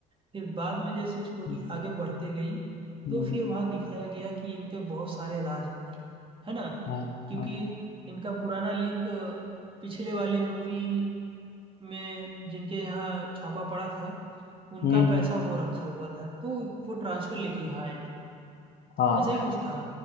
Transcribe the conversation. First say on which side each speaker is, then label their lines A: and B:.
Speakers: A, on the right (about 25°); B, on the left (about 50°).
A: फिर बाद में जैसे स्टोरी
B: हम्म
A: आगे बढ़ते गई
B: हम्म,
A: तो
B: हम्म,
A: फिर वहाँ दिखाया गया कि इनके बहुत सारे राज हैं, है ना
B: हाँ
A: क्योंकि
B: हाँ
A: इनका पुराना लिंक पिछले वाले मूवी में जिनके यहाँ छापा पड़ा था उनका
B: हम्म,
A: पैसा वो रखा हुआ था तो वो ट्रांसफर लेके यहाँ आए थे
B: हाँ।
A: ऐसा ही कुछ था